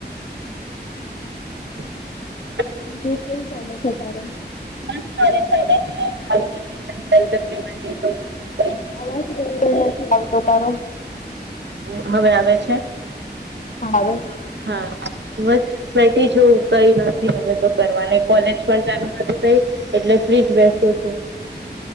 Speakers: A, on the right (about 85°); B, on the left (about 45°).
A: <inaudible>
B: બીજું કેવું ચાલે છે તારે
A: <unintelligible>
B: આવાજ બરોબર નથી આવતો તારો
A: એ હવે આવે છે.
B: હા આવે છે.
A: હા બસ બેઠી છું કઈ નથી હવે તો કરવાની કોલેજ પણ ચાલુ નથી કઈ એટલે ફ્રીજ બેસું છું.